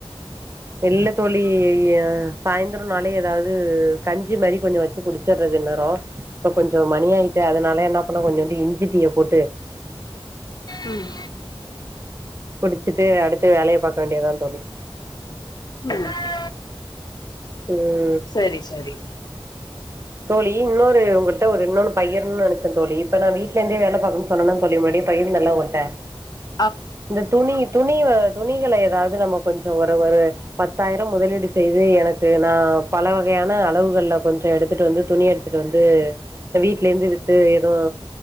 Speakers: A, on the right; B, on the left.
A: இல்ல தோழி சாய்ந்தரொனாலே எதாவ்து கஞ்சி மாரி கொஞ்சோ வச்சு குடிச்சற்து இந்நேரோ இப்ப கொஞ்சோ மணி ஆயிட்டு அதனால என்ன பண்ணே கொஞ்சோண்டு இஞ்சி டீ ய போட்டு
B: ம்
A: குடிச்சிட்டு அடுத்து வேலய பாக்க வேண்டியதா தோழி
B: ம்
A: சே
B: செரி செரி
A: தோழி இன்னொரு உங்கள்ட்ட ஒரு இன்னொன்னு பகிர்னுன் நெனச்சே தோழி இப்ப நா வீட்லந்தே வேல பாக்க சொன்னன தோழி முன்னாடியே பகிர்ந்தேல ஒங்கள்ட்ட
B: <inaudible>
A: இந்த துணி துணி வ துணிகள எதாவ்து நம்ம கொஞ்சோ ஒரு ஒரு பத்தாயிரோ முதலீடு செய்து எனக்கு நா பல வகையான அளவுகள்ல கொஞ்சோ எடுத்துட்டு வந்து துணி எடுத்துட்டு வந்து ப்ப வீட்லேந்து வித்து எது